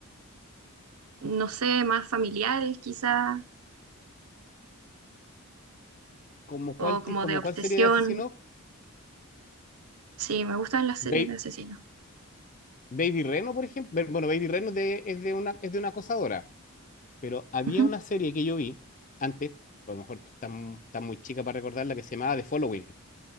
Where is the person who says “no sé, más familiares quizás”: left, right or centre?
Right